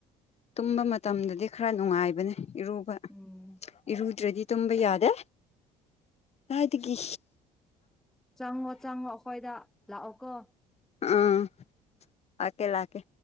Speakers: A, on the left (about 40°); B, in the centre.
A: ꯇꯨꯝꯕ ꯃꯇꯝꯗꯗꯤ ꯈꯔ ꯅꯨꯡꯉꯥꯏꯕꯅꯦ ꯏꯔꯨꯕ
B: ꯎꯝ
A: ꯏꯔꯨꯗ꯭ꯔꯗꯤ ꯇꯨꯝꯕ ꯌꯥꯗꯦ ꯀꯥꯏꯗꯒꯤ
B: ꯆꯪꯉꯣ ꯆꯪꯉꯣ ꯑꯩꯈꯣꯏꯗ ꯂꯥꯛꯑꯣ ꯀꯣ
A: ꯎꯝ ꯑꯀꯦ ꯂꯥꯛꯀꯦ